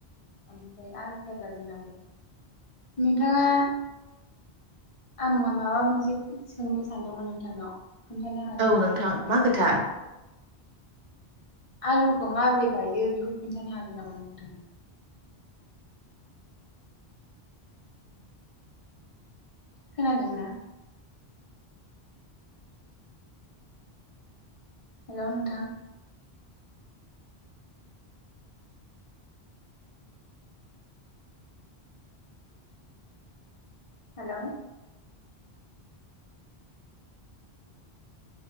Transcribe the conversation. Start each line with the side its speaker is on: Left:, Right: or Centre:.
Left: ओमफ्राय आल फाजा जोंन नोंथाङा आं माबा मोनसे सोंनो सानदोंमोन नोंथांनाव खोन्थानो हागोन
Right: औ
Left: नामा
Right: नोंथां मा खोथा
Left: आलुखौ माबोरै गायो बेखौ खोन्थानो हागोन नामा नोंथाङा? खोनादोंना? हेलौ नोंथां हेलौ